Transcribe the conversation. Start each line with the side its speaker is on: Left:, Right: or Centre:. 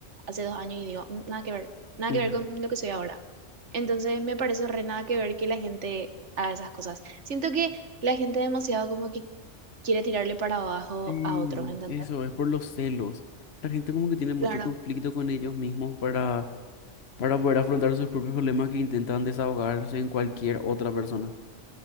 Right: hace dos años y digo, "Mm, nada que ver, nada
Left: Ujú.
Right: que ver con lo que soy ahora. Entonces, me parece re nada que ver que la gente haga esas cosas. Siento que la gente demasiado como que quiere tirarle para abajo
Left: Sí,
Right: a otros, ¿entendés?
Left: eso es por los celos. La gente como que tiene mucho
Right: Claro.
Left: conflicto con ellos mismos para, para poder afrontar sus propios problemas que intentan desahogarse en cualquier otra persona.